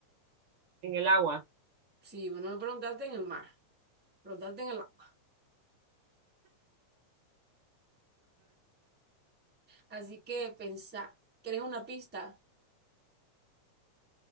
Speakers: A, on the right; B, in the centre.
A: en el agua.
B: Sí, bueno, me preguntaste en el mar, preguntaste en el agua. Así que pensá, ¿quieres una pista?